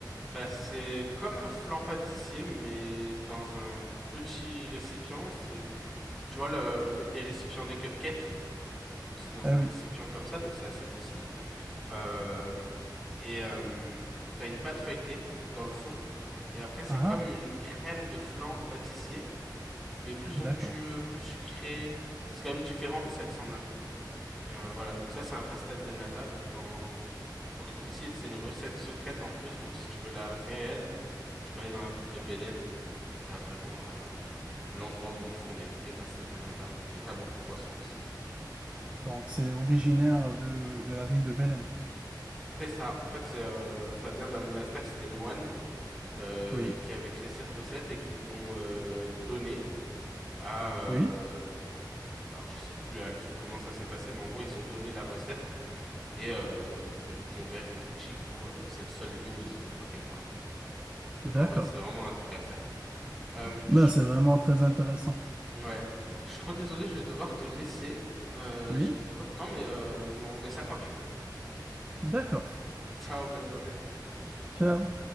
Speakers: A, in the centre; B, on the right.
A: Bah, c'est comme un flan pâtissier, mais dans un petit récipient. C'est, tu vois, le- le- les récipients des cupcakes. Donc, c'est dans
B: Ah
A: un
B: oui.
A: récipient comme ça, donc c'est assez petit. Euh, et euh, t'as une pâte feuilletée dans le fond. Et après, c'est
B: Ah,
A: comme
B: ah,
A: une crème de flan pâtissier, mais plus
B: d'accord.
A: onctueux, plus sucré. C'est quand même différent, mais ça ressemble un peu. Et euh, voilà, donc ça, c'est un pastel de nata. Donc, t'en, t'en trouves ici. C'est une recette secrète en plus. Donc, si tu veux la réelle, tu peux aller dans la ville de Belém où t'as vraiment euh, l'endroit où ils font les vrais pastels de nata. Et t'as beaucoup de poissons aussi.
B: Donc, c'est originaire de, de la ville de Belém.
A: C'est ça. En fait, c'est, euh, ça vient d'un monastère. C'est des moines euh,
B: Oui,
A: qui avaient créé cette recette et qui l'ont euh, donnée à. euh,
B: oui,
A: alors, je sais plus à qui, comment ça s'est passé, mais en gros, ils ont donné la recette Et euh, ils ont ouvert une boutique où euh, c'est le seul lieu où ils ont la vraie, quoi. Donc
B: d'accord.
A: en vrai, c'est vraiment un truc à faire. Euh,
B: Ben,
A: je-
B: c'est vraiment très intéressant.
A: Ouais, je suis trop désolé, je vais devoir te laisser. Euh,
B: Oui,
A: j'ai plus trop de temps, mais, euh, mais on remet ça quand tu veux.
B: d'accord.
A: <laughs> Ciao, bonne journée.
B: Ciao.